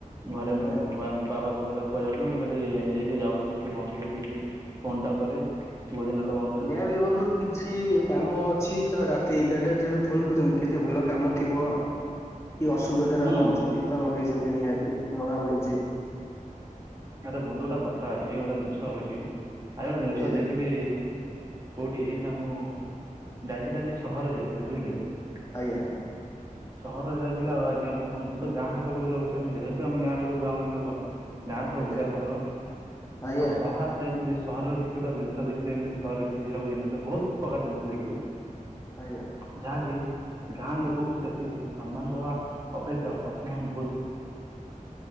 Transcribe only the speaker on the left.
ଆଜ୍ଞା।
ନିହାତି ବି ବନ୍ଧୁ କିଛି କାମ ଅ ଅଛି ତ ରାତି ଏଗାରଟା ଯାଏ ଫୋନ୍ କରୁଚନ୍ତି କିଛି ଭଲ କାମ ଥିବ କି ଅସୁବିଧାରେ
ଆପଣ ଅଛନ୍ତି ତ ଲଗେଇଚନ୍ତି ନିହାତି ଜଣା ପଡୁଚି
ଆଜ୍ଞା
ଆଜ୍ଞା।
ଆଜ୍ଞା ଆଜ୍ଞା
ଆଜ୍ଞା।